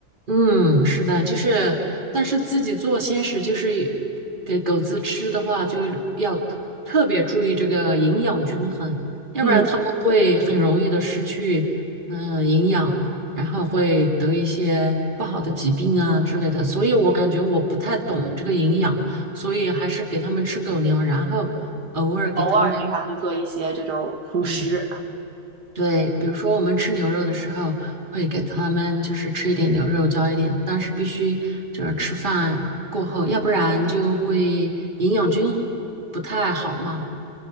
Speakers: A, on the right (about 30°); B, on the right (about 80°).
A: 嗯，是的，就是，但是自己做鲜食，就是也给狗子吃的话，就是要特别注意这个营养均衡，要不然它们会很容易的失去嗯、
B: 嗯，
A: 呃营养，然后会得一些不好的疾病啊之类的。所以我感觉我不太懂这个营养，所以还是给它们吃狗粮，然后偶尔给它们，
B: 偶尔给它们做一些这种辅食。
A: 对，对，比如说我们吃牛肉的时候，会给他们就是吃一点牛肉，浇一点，但是必须就是吃饭过后，要不然就会营养均衡不太好嘛。